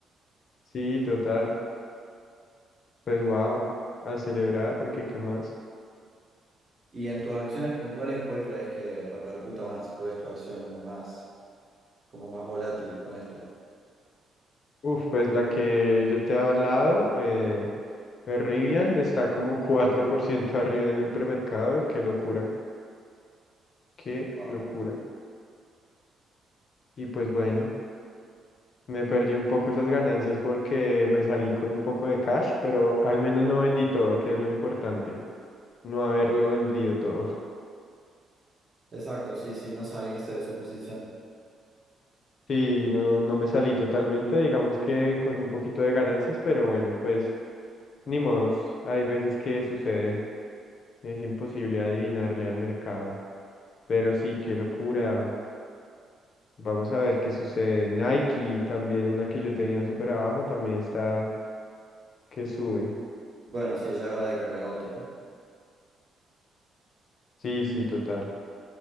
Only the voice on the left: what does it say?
sí, total, pues wow, a celebrar porque ¿qué más?
Uf, pues la que yo te he hablado. Eh, Rivian está como 4% arriba en el premercado. Qué locura, qué
locura. Y pues bueno, me perdí un poco esas ganancias porque me salí con un poco de cash, pero al menos no vendí todo, que es lo importante, no haberlo vendido todo. <laughs>
Sí, no, no me salí totalmente, digamos que cogí un poquito de ganancias, pero bueno, pues ni modos, hay veces que sucede, es imposible adivinarle al mercado. Pero sí, qué locura. Vamos a ver qué sucede. Nike, también una que yo tenía súper abajo, también está que sube.
Sí, sí, total.